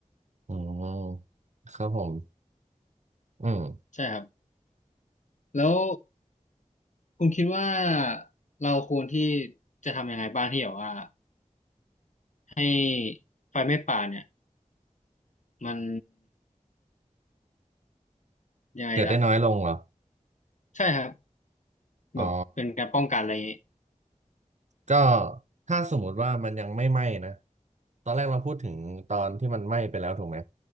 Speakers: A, on the right (about 60°); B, on the left (about 65°).
A: อืมครับผมอืม
B: ๆใช่ครับแล้วคุณคิดว่าเราควรที่จะทำยังไงบ้างที่แบบว่า ให้ไฟไหม้ป่าเนี่ยมันยังไงล่ะ
A: เกิดได้น้อยลงเหรอ
B: ใช่ครับ
A: อ๋อ
B: แบบเป็นการป้องกันอะไรอย่างงี้
A: ก็ถ้าสมมติว่ามันยังไม่ไหม้นะตอนแรกเราพูดถึงตอนที่มันไหม้ไปแล้วถูกไหม